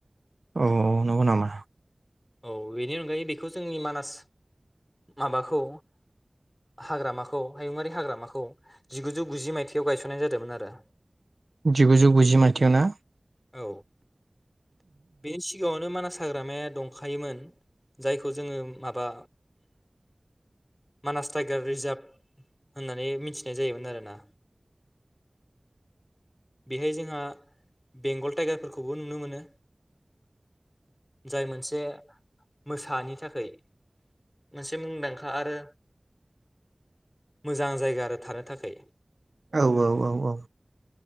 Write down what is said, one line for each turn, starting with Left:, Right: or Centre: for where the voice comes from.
Right: औ नंगौ नामा
Left: औ बेनि अनगायै बेखौ जोंनि मानास माबाखौ हाग्रामाखौ हायुङारि हाग्रामा खौ जिगुजौ गुजि माइथायाव गायसननाय जादोंमोन आरो
Right: जिगुजौ गुजि माइथायावना?
Left: औ बेनि सिगाङावनो मानास हाग्रामाया दंखायोमोन जायखौ जोङो माबा मानास टाइगार रिजार्भ होननानै मिथिनाय जायोमोन आरोना। बेहाय जोंहा बेंगल टाइगारफोरखौबो नुनो मोनो जाय मोनसे मोसानि थाखै मोनसे मुंदांखा आरो मोजां जायगा आरो थानो थाखै।
Right: औ औ औ औ।